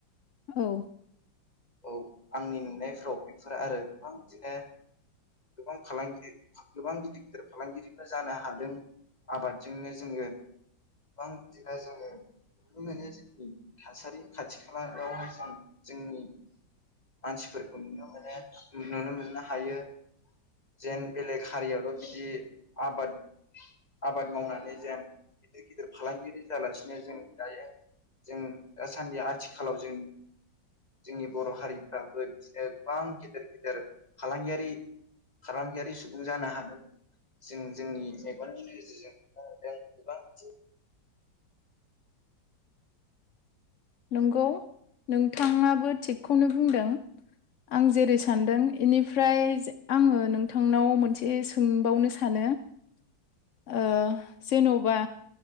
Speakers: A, on the left (about 65°); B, on the left (about 20°).
A: औ
B: औ आंनि नुनायफ्राव बेफोर आरो गोबां बिदिनो गोबां फालिगि गोबां गिदिर गिदिर फालांगिरिबो जानो हादों आबादजोंनो जोङो गोबां बिदिनो जोङो नुनो मोनो जोंनि थासारि खाथि खालायावहाय जों जोंनि मानसिफोरखौ नुनो मोनो नुनो मोननो हायो। जेन बेलेग हारियाल' बिदि आबाद आबाद मावनानै जेन गिदिर गिदिर फालांगियारि जालासिनो जों दायो जों दासान्दि आथिखालाव जों जोंनि बर' हारिफ्राबो बिदिनो गोबां गेदेर गेदेर फालांगियारि फालांगियारि सुबुं जानो हादों जों जोंनि मेगननि नोजोरजों नुनो मोनदों गोबां दि
A: नंगौ नोंथाङाबो थिगखौनो बुंदों आं जेरै सानदों इनिफ्राय आङो नोंथांनाव मोनसे सोंबावनो सानो ओ जेनौबा